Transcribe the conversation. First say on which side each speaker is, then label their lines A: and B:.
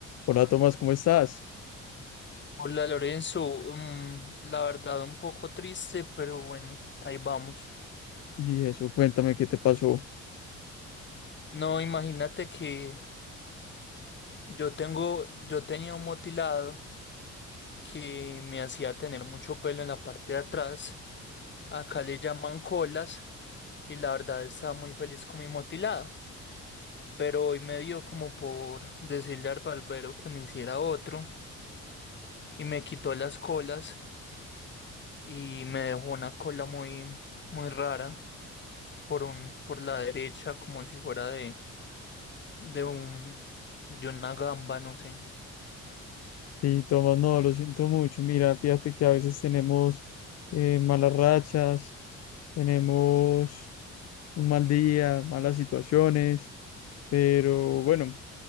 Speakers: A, on the left; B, on the left.
A: Hola Tomás, ¿cómo estás?
B: Hola Lorenzo, mm, la verdad un poco triste, pero bueno, ahí vamos.
A: Y eso, cuéntame qué te pasó.
B: No, imagínate que yo tengo, yo tenía un motilado que me hacía tener mucho pelo en la parte de atrás. Acá le llaman colas y la verdad estaba muy feliz con mi motilado. Pero hoy me dio como por decirle al barbero que me hiciera otro y me quitó las colas y me dejó una cola muy, muy rara por un, por la derecha como si fuera de de un, de una gamba, no sé.
A: Y Tomás, no, lo siento mucho. Mira, fíjate que a veces tenemos eh, malas rachas, tenemos un mal día, malas situaciones, pero bueno,